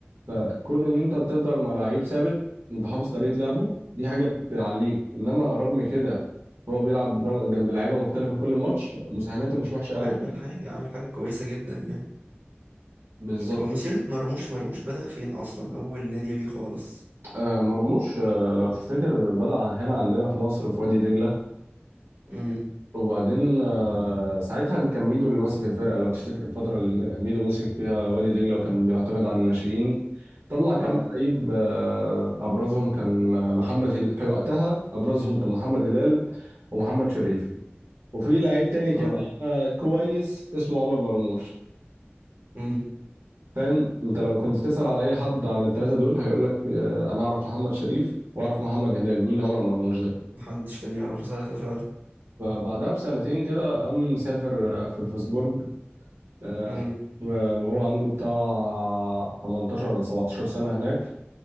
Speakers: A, on the right (about 75°); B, on the right (about 50°).
A: فكون ان انت بتفضل مع لعيب ثابت انت حافظ طريقة لعبه دي حاجة بتعليك انما رغم كده هو بيلعب ر- جنب لعيبة مختلفة كل ماتش مساهماته مش وحشة
B: وعامل
A: ابدا
B: حاجة عامل حاجة كويسة جدا يعني
A: بالظبط
B: هو مسيرة مرموش مرموش بدأ فين أصلا أول نادي ليه خالص
A: آه، مرموش آه، لو تفتكر بدأ هنا عندنا في مصر في وادي دجلة
B: امم
A: وبعدين آه، ساعتها كان ميدو اللي ماسك الفرقه لو تفتكر الفتره اللي م- ميدو مسك فيها وادي دجله وكان بيعتمد على الناشئين طلع كام
B: اه
A: لعيب آه، ابرزهم كان محمد هلال في وقتها ابرزهم كان محمد هلال ومحمد شريف وفي لعيب تاني كده
B: اه
A: آه، كويس اسمه عمر مرموش
B: امم
A: فاهم انت لو كنت تسأل على اي حد عن الثلاثه دول هيقول لك آه، انا اعرف محمد شريف واعرف محمد هلال مين عمر مرموش ده
B: محدش كان يعرفه ساعتها فعلا
A: فبعدها بسنتين كده قام مسافر آه، في الفوسبورج آه،
B: امم
A: وهو عنده بتاع 18 ولا 17 سنة هناك